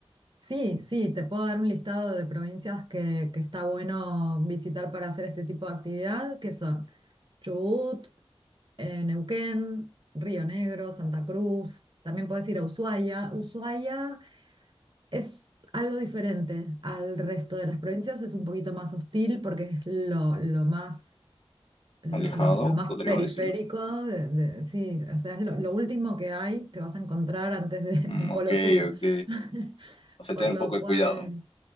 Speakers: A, on the right; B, on the left.
A: Sí, sí, te puedo dar un listado de provincias que, que está bueno visitar para hacer este tipo de actividad, que son Chubut, eh, Neuquén, Río Negro, Santa Cruz. También puedes ir a Ushuaia. Ushuaia es algo diferente al resto de las provincias, es un poquito más hostil porque es lo, lo más, lo,
B: alejado,
A: lo- lo más
B: podríamos
A: periférico,
B: decirlo.
A: de- de- sí, o sea, es lo, lo último que hay que vas a encontrar antes de-
B: Mm,
A: del Polo
B: ok,
A: Sur.
B: ok.
A: <laughs>
B: O sea,
A: Por
B: tener
A: lo
B: un poco de
A: cual,
B: cuidado.